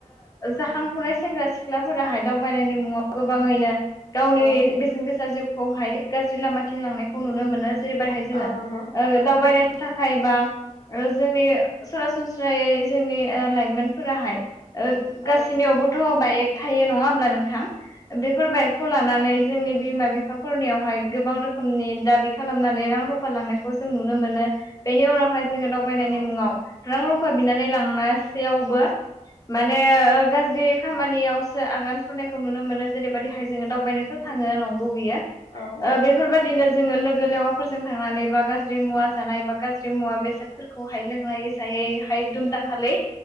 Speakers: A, on the left; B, on the left.
A: जाखांफुनाय सेंग्रा सिख्लाफोराहाय दावबायनायनि गोबाङैनो गावनि
B: औ
A: बेसेन गोसा जिउखौहाय गाज्रि लामाथिं लांनायखौ नुनो मोनो जेरैबायहाय जोङो
B: औ नंगौ
A: ओ दावबायनाय थाखाय ओ बा जोंनि सरासनस्रायै जोंनि ओ लाइमोनफोराहाय ओ गासैनियावबोथ'
B: औ
A: बाइक थायो नङा होमब्ला नोंथां बेफोर बाइकखौ लानानै जोंनि बिमा-बिफा फोरनियावहाय गोबां रोखोमनि दाबि खालामनानै रां रुफ फालांनायखौ जों नुनो मोनो बेनि उनावहाय जोङो दावबायनायनि
B: औ
A: मुङाव रां रुफा बिनानै लांनासेयावबो माने ओ गाज्रि खामानियावसो आगान सुरनायखौ नुनो मोनो जेरैबायदि हाइ जोेंङो दावबायनायखौ थाङो नंगौ बियो।
B: औ।
A: ओ बेफोरबायदिनो जोङो लोगो लेवाफोरजों थांनानै बा गाज्रि मुवा जानाय बा गाज्रि मुवा बेसाद फोरखौहाय लोंनाय‌ जायै हाय दुम दाखालै